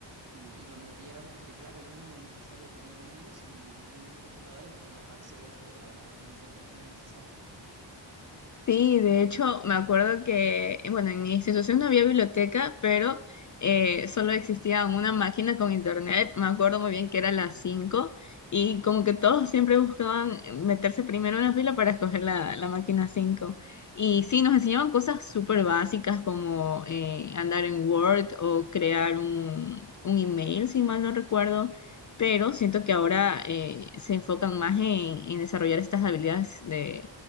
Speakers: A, on the right (about 45°); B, on the left (about 40°).
A: y, y lo movieron porque, claro, ya no era necesario tener libros y en los mismos computadores podías acceder a toda la la información necesaria.
B: Sí, de hecho, me acuerdo que, eh, bueno, en mi institución no había biblioteca, pero eh, solo existía una máquina con internet. Me acuerdo muy bien que era las 5 y como que todos siempre buscaban meterse primero en la fila para escoger la, la máquina 5. Y sí, nos enseñaban cosas súper básicas como eh, andar en Word o crear un, un email, si mal no recuerdo. Pero siento que ahora eh, se enfocan más en, en desarrollar estas habilidades de